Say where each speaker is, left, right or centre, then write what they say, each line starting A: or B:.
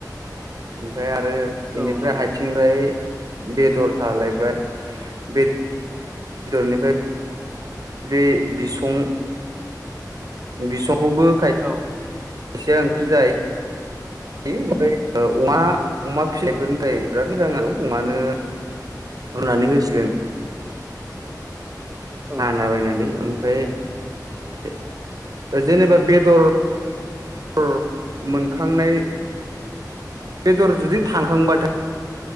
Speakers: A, on the right; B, on the right.
A: ओमफ्राय आरो इनिफ्राय
B: औ नंगौ
A: आथिंफ्राय बेदर थालायबाय बे बेदरनिफ्राय बे बिसं बिसंखौबो खाय
B: औ
A: एसे ओंख्रि जायो बे ओमफ्राय ओ अमा अमा फिनायफोरनि थाखाय बिराद मोजां आरो अमानो रुनानै होसिगोन
B: औ
A: हाना बायनानै ओमफ्राय जेनेबा बेदर <unintelligible> मोनखांनाय बेदर जुदि थांखांबाथाय